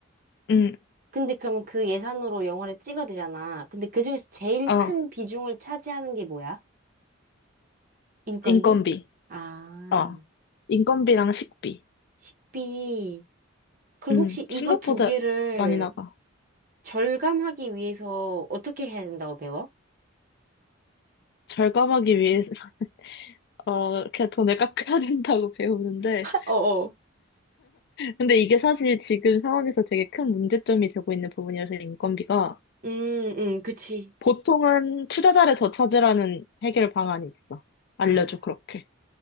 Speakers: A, on the left (about 55°); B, on the right (about 45°).
A: 음,
B: 근데 그러면 그 예산으로 영화를 찍어야 되잖아. 근데 그중에서 제일
A: 어,
B: 큰 비중을 차지하는 게 뭐야? 인건비?
A: 인건비,
B: 아,
A: 어, 인건비랑 식비,
B: 식비. 그럼
A: 음,
B: 혹시
A: 생각보다
B: 이거 두 개를
A: 많이 나가.
B: 절감하기 위해서 어떻게 해야 된다고 배워?
A: 절감하기 위해서, <laughs> 어, 이렇게 돈을 깎아야 된다고 <laughs> 배우는데,
B: 어어.
A: 근데 이게 사실 지금 상황에서 되게 큰 문제점이 되고 있는 부분이어서 인건비가,
B: 음, 음, 그치.
A: 보통은 투자자를 더 찾으라는 해결 방안이 있어. 알려줘,
B: 아,
A: 그렇게.